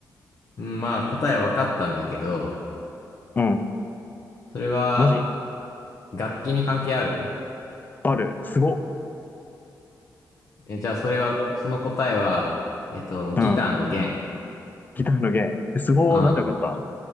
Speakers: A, on the left; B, on the left.
A: うん、まあ、答え分かったんだけど、
B: うん。
A: それは、
B: マジ
A: 楽器に関係ある
B: ある。すご。
A: え、じゃあそれは、その答えは、えっと、ギターの弦。
B: うん。ギターの弦。えすごー。
A: ああ。
B: なんでよかった